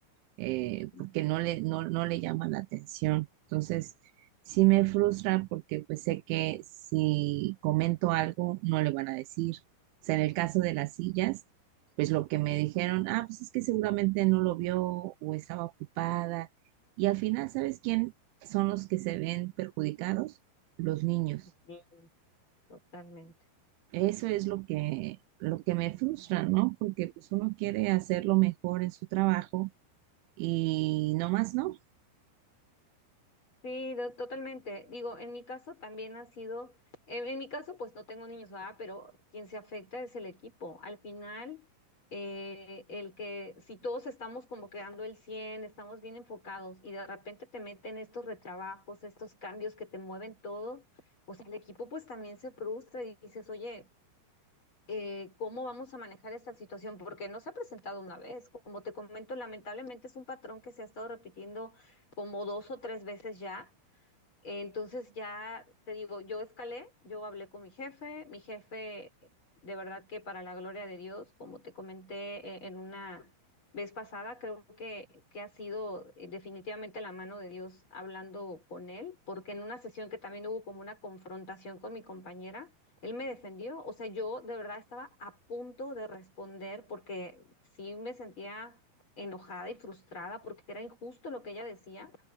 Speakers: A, on the right; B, on the left.
A: eh,
B: Ujú,
A: porque no le, no, no le llama la atención. Entonces, sí me frustra porque pues sé que si comento algo, no le van a decir. O sea, en el caso de las sillas, pues lo que me
B: ujú,
A: dijeron, ah, pues es que seguramente no lo vio o estaba ocupada. Y al final, ¿sabes quién son los que se ven perjudicados? Los niños.
B: ujú. Sí, totalmente.
A: Eso es lo que, lo que me frustra, ¿no? Porque pues uno quiere hacerlo mejor en su trabajo y no más, ¿no?
B: Sí, do- totalmente. Digo, en mi caso también ha sido, en, en mi caso pues no tengo niños, ¿verdad? Pero quien se afecta es el equipo. Al final, eh, el que si todos estamos como quedando el 100, estamos bien enfocados y de repente te meten estos retrabajos, estos cambios que te mueven todo, o sea, el equipo pues también se frustra y dices, oye, eh, ¿cómo vamos a manejar esta situación? Porque no se ha presentado una vez. Como te comento, lamentablemente es un patrón que se ha estado repitiendo como dos o tres veces ya. Entonces ya te digo, yo escalé, yo hablé con mi jefe, mi jefe, de verdad que para la gloria de Dios, como te comenté eh, en una vez pasada, creo que, que ha sido eh, definitivamente la mano de Dios hablando con él, porque en una sesión que también hubo como una confrontación con mi compañera, él me defendió, o sea, yo de verdad estaba a punto de responder porque sí me sentía enojada y frustrada porque era injusto lo que ella decía.